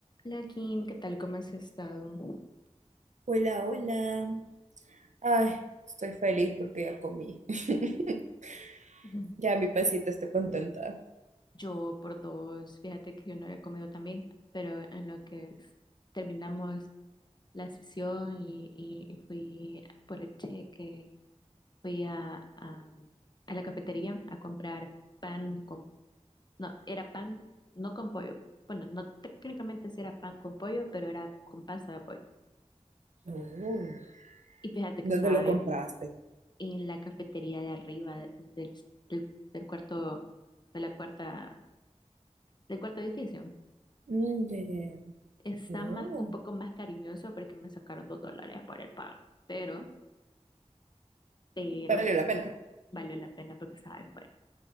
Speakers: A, on the left; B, on the right.
A: Hola Kim, ¿qué tal? ¿Cómo has estado?
B: Hola, hola. Ay, estoy feliz porque ya comí. <laughs>
A: Ujú.
B: Ya mi pancita está contenta.
A: Yo por dos, fíjate que yo no había comido también, pero en lo que es- terminamos la sesión y, y y fui por el cheque, fui a, a, a la cafetería a comprar pan con, no, era pan no con pollo, bueno, no técnicamente sí era pan con pollo, pero era con pasta de pollo.
B: Oh.
A: Y fíjate que
B: ¿Dónde
A: estaba
B: lo
A: bien
B: compraste?
A: bueno. Y En la cafetería de arriba del, del, del cuarto, de la cuarta del cuarto edificio.
B: Mm, ya, ya, ya.
A: Está
B: Oh,
A: más, un poco más cariñoso porque me sacaron dos dólares por el pan, pero, pero
B: valió la pena.
A: valió la pena porque estaba bien bueno.